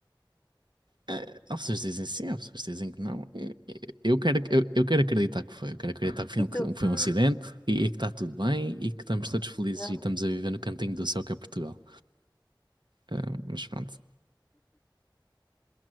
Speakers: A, on the right; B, on the left.
A: Eh, Há pessoas que dizem sim, há pessoas que dizem que não. Eh, eh, Eu quero, ac- eu, eu quero acreditar que foi. Eu quero acreditar que foi um,
B: E
A: que
B: tu?
A: foi
B: Hum,
A: um acidente e, e que está tudo bem e que estamos todos felizes
B: não.
A: e estamos a viver no cantinho do céu que é Portugal. Eh, mas pronto.